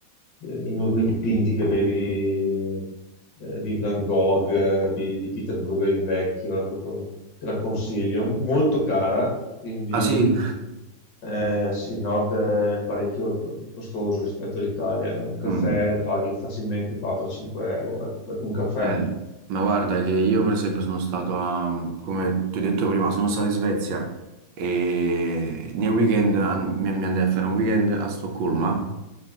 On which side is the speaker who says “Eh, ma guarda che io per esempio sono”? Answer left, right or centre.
Right